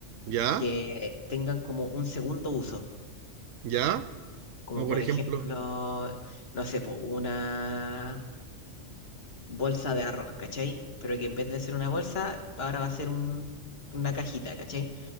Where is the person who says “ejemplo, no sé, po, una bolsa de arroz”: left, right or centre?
Left